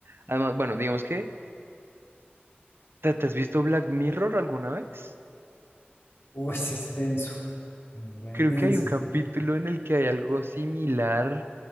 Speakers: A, on the right; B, on the left.
A: Además, bueno, digamos que, ¿te, te has visto Black Mirror alguna vez?
B: Uy, es denso Re
A: Creo
B: denso.
A: que hay un capítulo en el que hay algo similar